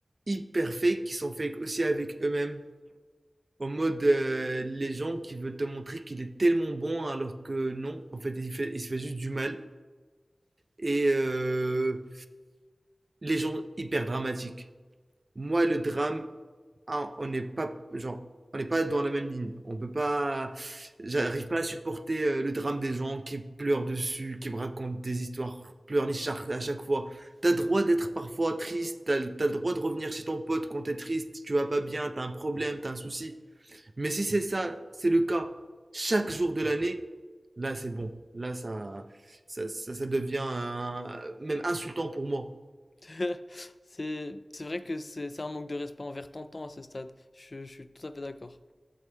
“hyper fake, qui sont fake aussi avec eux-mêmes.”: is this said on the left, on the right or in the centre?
Right